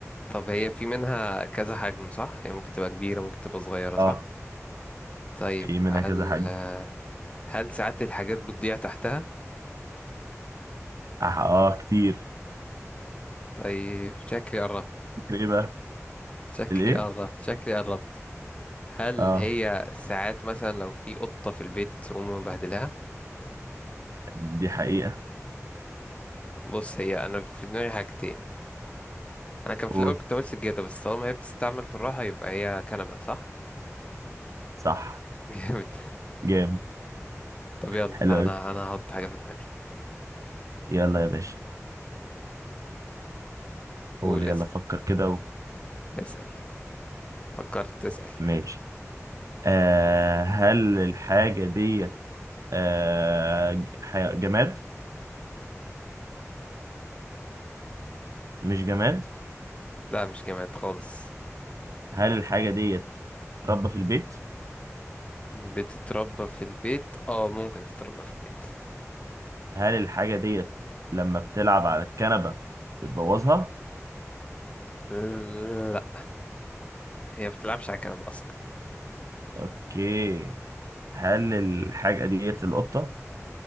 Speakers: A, on the left; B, on the right.
A: طب هي في منها كذا حجم صح هي ممكن تبقى كبيرة ممكن تبقى صغيرة
B: اه
A: صح طيب
B: في منها
A: هل
B: كذا حاجة
A: آه، هل ساعات الحاجات بتضيع تحتها
B: اه, آه كتير
A: طيب شكلي قربت
B: كتير ايه بقى
A: شكلي
B: الايه
A: قربت شكلي قربت هل
B: اه
A: هي ساعات مثلا لو في قطة في البيت تقوم مبهدلها
B: دي حقيقة
A: بص هي انا في دماغي حاجتين انا كان في
B: قول
A: الاول كنت هقول سجادة بس طالما هي بتستعمل بالراحة يبقى هي كنبة صح
B: صح
A: <laughs> جامد
B: جامد
A: طب يلا
B: حلو
A: انا
B: أوي
A: انا هحط حاجة في دماغي
B: يلا يا باشا قول
A: قول
B: يلا
A: اسأل
B: فكر كده و-
A: اسأل فكرت تسأل
B: ماشي آه هل الحاجة ديت آه ج- ح- جماد مش جماد
A: لا مش جامعات خالص
B: هل الحاجة ديت ربة في البيت
A: بتتربى في البيت اه ممكن تتربى في البيت
B: هل الحاجة ديت لما بتلعب على الكنبة بتبوظها؟
A: لا هي ما بتلعبش على الكنبة اصلا
B: اوكي هل الحاجة ديت القطة؟